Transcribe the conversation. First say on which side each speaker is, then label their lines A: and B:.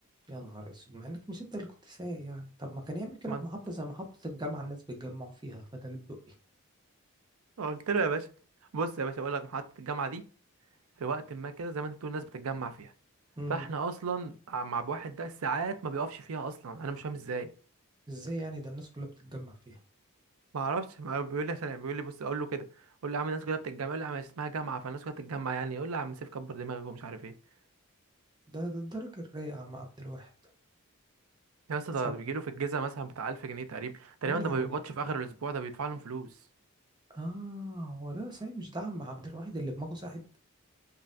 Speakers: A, on the right; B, on the right.
A: يا نهار أسود مع إنك مش أنت اللي كنت سايق يعني طب ما كان يعمل كده
B: من
A: في محطة زي محطة الجامعة الناس بيتجمعوا فيها بدل الدقي
B: قلت له يا باشا بص يا باشا اقول لك محطه الجامعه دي في وقت ما كده زي ما انت بتقول الناس بتتجمع فيها
A: امم
B: فاحنا اصلا مع واحد ده ساعات ما بيقفش فيها اصلا انا مش فاهم ازاي
A: إزاي يعني ده الناس كلها بتتجمع فيها
B: ما اعرفش ما هو بيقول لي عشان بيقول لي بص اقول له كده اقول له يا عم الناس كلها بتتجمع يقول لي يا عم اسمها جامعه فالناس كلها بتتجمع يعني يقول لي يا عم سيف كبر دماغك ومش عارف ايه
A: ده ده الدرجة الرايقة مع عبد الواحد ده
B: يا اسطى
A: سب
B: ده بيجي له في الجيزه مثلا بتاع 1000 جنيه تقريبا تقريبا
A: يا لهوي
B: ده ما بيقبضش في اخر الاسبوع ده بيدفع لهم فلوس
A: آه هو ده صحيح مش ده عم عبد الواحد اللي دماغه ساحت